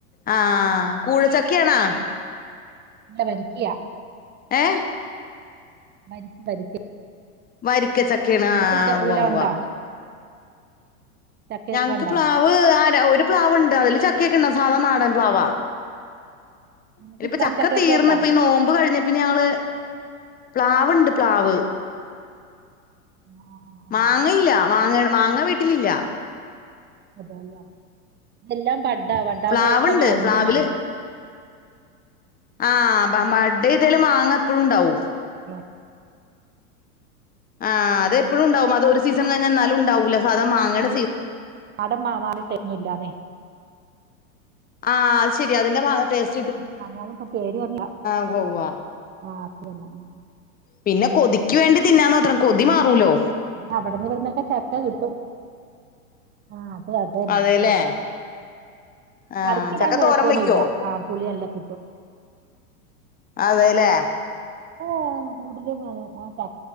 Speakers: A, on the left (about 20°); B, on the right (about 25°).
A: ആഹ് കൂഴ ചക്കയാണോ
B: അല്ല വരിക്കയാ
A: ഏ
B: വരിക്ക വരിക്ക
A: വരിക്ക ചക്കേണ്
B: നിങ്ങൾക്ക്
A: ആഹ്
B: ച-
A: ഉവ്വ
B: ഇതെല്ലാം
A: ഉവ്വ്
B: ഉണ്ടോ ചക്കയൊക്കെ
A: ഞങ്ങക്ക്
B: ഉണ്ടോ
A: പ്ലാവ് ആ ഒരു പ്ലാവ്ണ്ട് അതില് ചക്കയൊക്കെണ്ടാ സാധാണ നാടൻ പ്ലവാ
B: നിങ്ങൾക്ക്
A: ഇനിയിപ്പ
B: പ്ലാൻ
A: ചക്ക
B: ചക്കയൊക്കെ
A: തീർന്നപ്പൊ
B: ഉണ്ടോ
A: ഈ നോമ്പ് കഴിഞ്ഞ പിന്നെ ഞങ്ങള് പ്ലാവുണ്ട് പ്ലാവ്
B: ആ ആ,
A: മാങ്ങയില്ല
B: ആ.
A: മാങ്ങ മാങ്ങ വീട്ടിലില്ല
B: അതല്ലേ ഇതെല്ലാം വട്ട വട്ടാവുമ്പോ
A: പ്ലാവുണ്ട്
B: സമയം ഒണ്ടമാങ്ങ
A: പ്ലാവില് ആഹ് മഡ ഇതേലും മാങ്ങപ്പഴും ഉണ്ടാവും
B: ആ
A: ആഹ അതെ എപ്പോും ഉണ്ടും അത് സീസൺ കഴിൽാലും ഉണ്ടാവൂില്ല സാ മാാങ്ങണ
B: ആടം മാ മാടിട്ടന്നുല്ലാന്നേ
A: ആഹ അത് ശെരി അതിന്റെസ്
B: ഞങ്ങന്നും ഇ പേര് പറില്ല
A: ഉവ്വ ഉവ്വ
B: ആഹ അത്തന്നെ ആ
A: പിന്നെ കൊതിക്കക്ക് വേണ്ടി തിന്നാന്ന് അത്രം കൊതി മാറുമലോ
B: അവിടന്ന് ഇവിടന്നൊക്കെ ചക്ക കിട്ടും ആ അ അത് തന്നെ
A: അതെല്ലേ
B: ആഹ
A: ആഹ്
B: പറക്കിടാൻ
A: ചക്ക
B: കുഴപ്പൊന്നുംല്ല
A: തോരൻ വെക്കോ
B: ആഹ പുളി നല്ല കിട്ടും
A: ആതെലെ
B: ഓ കൂടുത വ ആ ച